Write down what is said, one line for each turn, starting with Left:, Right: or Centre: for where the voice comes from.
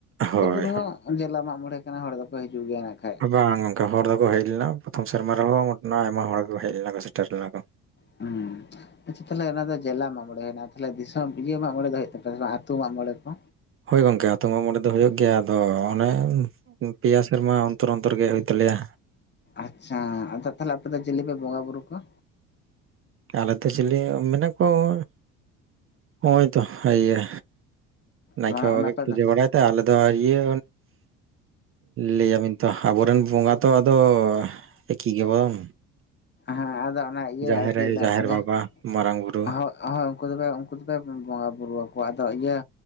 Right: ᱦᱳᱭ
Left: ᱛᱚᱵᱩ ᱨᱮᱦᱚᱸ ᱢᱟᱜ ᱢᱚᱬᱮᱜ ᱠᱟᱱᱟ ᱦᱚᱲ ᱫᱚᱠᱚ ᱦᱤᱡᱩᱜ ᱜᱮᱭᱟ ᱱᱟᱜ ᱠᱷᱟᱡ
Right: ᱵᱟᱝ ᱜᱚᱝᱠᱮ ᱦᱚᱲ ᱫᱚᱠᱚ ᱦᱮᱡ ᱞᱮᱱᱟ ᱯᱨᱚᱛᱷᱚᱢ ᱥᱮᱨᱢᱟ ᱨᱮᱦᱚ ᱟᱭᱢᱟ ᱦᱚᱲ ᱠᱚ ᱦᱮᱡ ᱞᱮᱱᱟ ᱠᱚ ᱥᱮᱴᱮᱨ ᱞᱮᱱᱟ ᱠᱚ
Left: ᱦᱩᱸ ᱟᱪᱪᱷᱟ ᱛᱟᱦᱚᱞᱮ ᱚᱱᱟ ᱫᱚ ᱡᱮᱞᱟ ᱢᱟᱜ ᱢᱚᱬᱮ ᱦᱳᱭᱱᱟ ᱛᱟᱦᱚᱞᱮ ᱫᱤᱥᱚᱢ ᱤᱭᱟᱹ ᱢᱟᱜ ᱢᱚᱬᱮ ᱫᱚ ᱦᱩᱭᱩᱜ ᱛᱟᱯᱮ ᱵᱟᱝ ᱟᱹᱛᱩ ᱢᱟᱜ ᱢᱚᱬᱮ ᱠᱚ
Right: ᱦᱳᱭ ᱜᱚᱝᱠᱮ ᱟ. ᱛᱩ ᱢᱟᱜ ᱢᱚᱬᱮ ᱫᱚ ᱦᱩᱭᱩᱜ ᱜᱮᱭᱟ ᱟᱫᱚ ᱚᱱᱮ ᱯᱮᱭᱟ ᱥᱮᱨᱢᱟ ᱚᱱᱛᱚᱨ ᱚᱱᱛᱚᱨ ᱜᱮ ᱦᱩᱭ ᱛᱟᱞᱮᱭᱟ
Left: ᱟᱪᱪᱷᱟ ᱟᱫᱚ ᱛᱟᱦᱚᱞᱮ ᱟᱯᱮ ᱫᱚ ᱪᱤᱞᱤᱯᱮ ᱵᱚᱸᱜᱟ ᱵᱩᱨᱩ ᱠᱚᱣᱟ
Right: ᱟᱞᱮ ᱫᱚ ᱪᱤᱞᱤ ᱢᱮᱱᱟᱜ ᱠᱚᱣᱟ, ᱱᱚᱜᱼᱚᱭ ᱛᱚ ᱤᱭᱟᱹ ᱱᱟᱭᱠᱤ
Left: ᱚᱱᱟ
Right: ᱵᱟᱵᱟ ᱜᱮ
Left: ᱟᱯᱮ
Right: ᱠᱷᱩᱡᱟᱹ
Left: ᱫᱚ
Right: ᱵᱟᱲᱟᱭ ᱛᱮ ᱟᱞᱮ ᱫᱚ ᱤᱭᱟᱹᱻ ᱞᱟᱹᱭᱟᱵᱤᱱ ᱛᱚ ᱟᱵᱚᱨᱮᱱ ᱵᱚᱸᱜᱟ ᱛᱚ ᱟᱫᱚ ᱮᱠᱤ ᱜᱮᱵᱚᱱ
Left: ᱦᱮᱸ ᱟᱫᱚ ᱚᱱᱟ ᱤᱭᱟᱹ
Right: ᱡᱟᱦᱮᱨ
Left: ᱟᱨᱠᱤ
Right: ᱟᱭᱳ
Left: <unintelligible>
Right: ᱡᱟᱦᱮᱨ ᱵᱟᱵᱟ ᱢᱟᱨᱟᱝ ᱵᱩᱨᱩ
Left: ᱦᱳᱭ ᱦᱳᱭ ᱩᱝᱠᱩ ᱫᱚᱯᱮ, ᱩᱝᱠᱩ ᱫᱚᱯᱮ ᱵᱚᱸᱜᱟᱼ ᱵᱩᱨᱩ ᱟᱠᱚᱣᱟ ᱟᱫᱚ ᱤᱭᱟᱹ